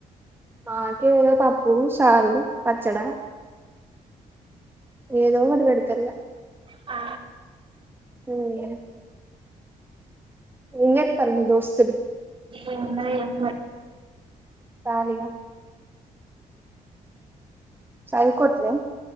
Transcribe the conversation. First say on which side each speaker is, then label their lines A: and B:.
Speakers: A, on the right (about 15°); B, on the right (about 40°).
A: మాకేదో పప్ ప్పు చారు పచ్చడ, ఏదోకటి పెడ్ ది కల్ల
B: ఆ
A: ఉమ్ ఎంజెత్తాల్ మీ దోస్త్
B: ఏమున్నది ఎంలే
A: ఖాళిగా చదువుకోట్లే